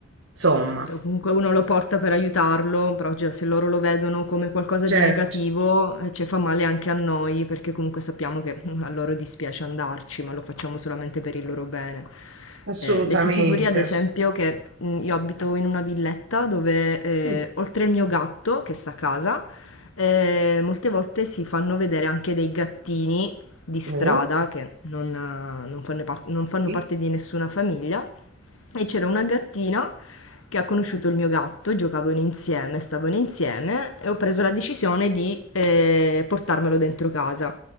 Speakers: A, on the right; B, on the left.
A: insomma,
B: Cioè, comunque uno lo porta per aiutarlo, però già se loro lo vedono come qualcosa
A: certo,
B: di negativo, eh, ci fa male anche a noi, perché comunque sappiamo che mm, a loro dispiace andarci, ma lo facciamo solamente per il loro bene.
A: assolutamente.
B: Eh, le si figuri, ad esempio,
A: ass-
B: che mm, io abito in una villetta dove, eh,
A: Mm,
B: oltre il mio gatto che sta a casa, eh, molte volte si fanno vedere anche dei gattini di strada
A: mhm, eh,
B: che non, eh, non fanno par- non
A: Sì,
B: fanno parte di nessuna famiglia. E c'era una gattina che ha conosciuto il mio gatto, giocavano insieme, stavano insieme e ho preso la decisione di eh, portarmelo dentro casa.